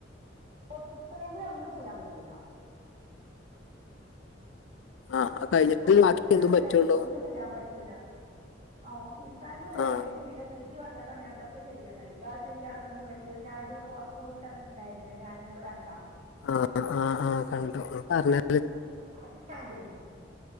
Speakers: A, on the right (about 35°); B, on the left (about 75°).
A: ഓഫീസ് ടൈമിൽ ഒന്നും ചെയ്യാൻ പറ്റൂല
B: ആഹ് കഴിഞ്ഞിട്ടല്ലേ
A: ഓഫീസില്ള്ളപ്പളേ
B: ബാക്കി എന്തും പറ്റുള്ളൂ
A: ഒന്നും ചെയ്യാൻ പറ്റൂല ആ ഓഫീസ് ടൈ കഴിഞ്ഞിട്ട്
B: ആഹ്
A: ട്ട് പിന്നെ വീട്ടി വന്ന്ട്ടാണ് ഞാൻ തൊക്കെ ചെയ്യ്ണത് താ ചെയ്യാനൊന്നും പറ്റൂല ഞ്ഞാ ഒരു പോസ്റ്റർ വിട്ടെന്ന്ട്ട് ണ്ടായിര്ന്നിലെ ഞാന് ങ്ങള് കണ്ടാ
B: ആ ആ ആ കണ്ടു പർഞ്ഞെ
A: അത് അത് ഞാൻ ചെയ്യും